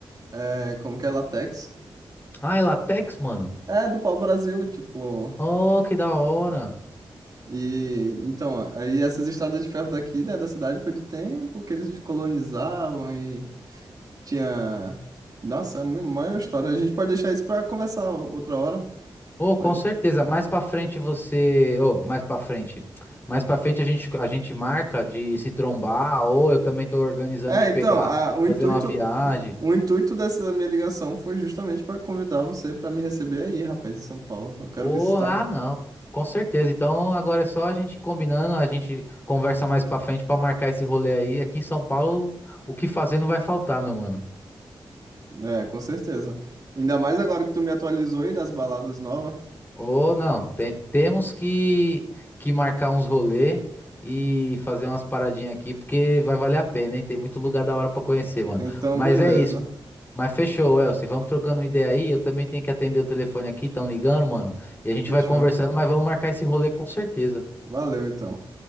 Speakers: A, on the right; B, on the left.
A: É, como que é? Latex.
B: Ah, é Latex, mano?
A: É, do pau-brasil, tipo.
B: Oh, que da hora.
A: E então, aí essas estradas de ferro daqui, né, da cidade foi do tempo que eles colonizavam e tinha. Nossa, é uma maior história. A gente pode deixar isso para conversar outra hora.
B: Oh, com
A: Pode.
B: certeza, mais pra frente você... Oh, mais pra frente. Mais pra frente a gente, a gente marca de se trombar, ou eu também tô organizando
A: É,
B: de
A: então,
B: pegar,
A: a- o
B: fazer
A: intuito,
B: uma viagem.
A: o intuito dessa minha ligação foi justamente para convidar você para me receber aí, rapaz, em São Paulo. Eu quero
B: Oh,
A: visitar.
B: ah, não, com certeza. Então agora é só a gente combinando, a gente conversa mais pra frente pra marcar esse rolê aí. Aqui em São Paulo, o que fazer não vai faltar, meu mano.
A: É, com certeza. Ainda mais agora que tu me atualizou aí das baladas novas.
B: Ô, não, te- temos que, que marcar uns rolê e fazer umas paradinhas aqui, porque vai valer a pena, hein? Tem muito lugar da hora pra conhecer,
A: Então,
B: mano. Mas
A: beleza.
B: é isso. Mas fechou, Elcio. Vamos trocando uma ideia aí. Eu também tenho que atender o telefone aqui, estão ligando, mano. E a gente
A: Fechou.
B: vai conversando, mas vamos marcar esse rolê com certeza.
A: Valeu, então.